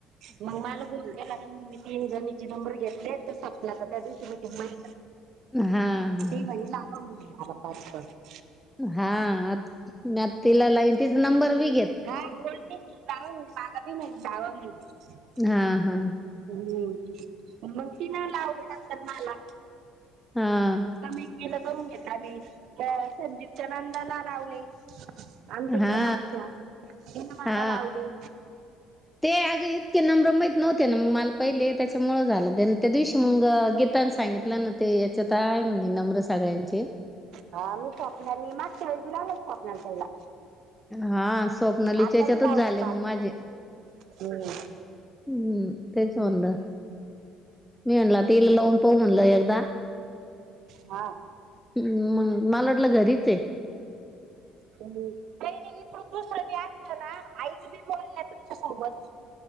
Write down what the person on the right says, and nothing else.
मग मला बोल केला ना मग्मी तीन जणचे नंबर घेतले तर सपले आता त्या दिवशी मीटिंग
ती माझी मामा मुलगी <unintelligible>
हा बोलते ती लावा <unintelligible>
हम्म! मग ती न लावली नंतर मला.
मी केलं करून घेतला मी अ संदीपच्या नंदाला लावले. आमच्या इकडे
मागच्या मला
लावले.
हा मी स्वप्नी माग वेळज लावलो स्वप् पहिला
आता बी लावले
पाच
हम्म
हा
काही नाही इकडून दुसरं बी असलं ना आईज बी बोलल्या तुमच्यासोबत